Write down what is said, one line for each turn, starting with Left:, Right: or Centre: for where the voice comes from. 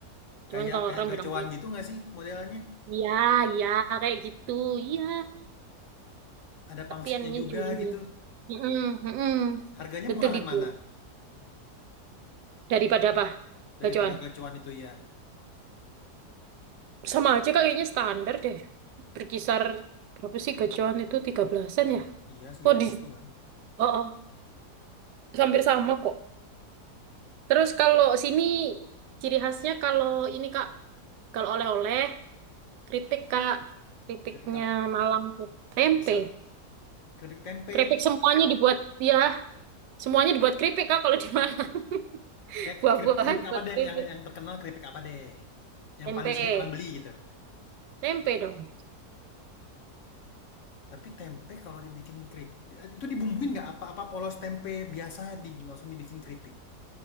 Right: Cuman
Left: Kayak
Right: kalau
Left: kayak
Right: orang
Left: gacoan
Right: bilang
Left: gitu nggak sih modelnya?
Right: iya, iya kayak gitu. Iya,
Left: Ada
Right: tapi
Left: pangsitnya
Right: yang namanya
Left: juga
Right: cui
Left: gitu.
Right: mie. Mm-mm, mm-mm.
Left: Harganya
Right: Betul
Left: murahan
Right: itu.
Left: mana?
Right: Daripada apa?
Left: Daripada
Right: Bacoan.
Left: gacoan itu ya.
Right: Sama aja kayaknya standar deh. Berkisar berapa sih gajian itu tiga belasan ya?
Left: Iya, sekitar
Right: Oh di
Left: gituan. kan.
Right: oh, oh, hampir sama kok. Terus kalau sini ciri khasnya kalau ini Kak, kalau oleh-oleh keripik Kak, keripiknya
Left: Keripik apa?
Right: Malang tuh. Tempe.
Left: Pisang. Keripik tempe.
Right: Keripik semuanya dibuat ya, semuanya dibuat keripik Kak kalau di Malang. <laughs>
Left: Kayak
Right: Buah-buahan
Left: keripik, keripik
Right: buat
Left: apa deh
Right: keripik.
Left: yang yang terkenal keripik apa deh? Yang
Right: Tempe.
Left: paling sering orang beli gitu.
Right: Tempe dong.
Left: Tapi tempe kalau dibikin keripik itu dibumbuin nggak apa-apa polos tempe biasa di langsung dibikin keripik.